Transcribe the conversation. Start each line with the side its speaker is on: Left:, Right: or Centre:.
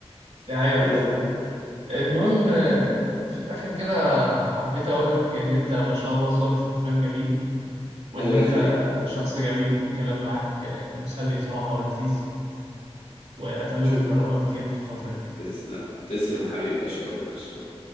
Right: دي حقيقة
Left: بتبقى
Right: فعلا
Left: ظريفة.
Right: المهم آه، في الاخر كده حبيت اقول لك ان انت ما شاء الله ذوقك في الافلام جميل وان
Left: الله
Right: انت
Left: يخليك
Right: شخص جميل والكلام معاك آه، مسلي بصراحة ولذيذ واتمنى
Left: شكرا
Right: نكررها كتير في الفترة الجاية
Left: تسلم تسلم حبيبي أشكرك أشكرك